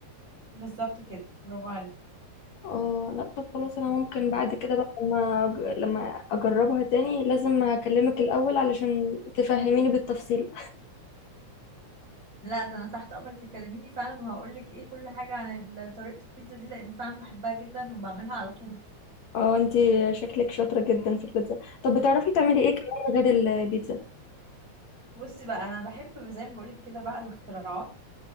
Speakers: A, on the right (about 25°); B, on the left (about 70°).
A: بالظبط كده برافو عليك
B: اه لا طب خلاص انا ممكن بعد كده بقى لما أج- لما اجربها تاني لازم هكلمك الاول علشان تفهميني بالتفصيل
A: لا ده انا تحت امرك تكلميني فعلا وهقولك ايه كل حاجة عن ال- طريقة البيتزا دي لان فعلا بحبها جدا وبعملها على طول
B: اه انتي شكلك شاطره جدا في البيتزا طب بتعرفي تعملي ايه كمان غير البيتزا
A: بصي بقى انا بحب زي ما بقولك كده بقى الاختراعات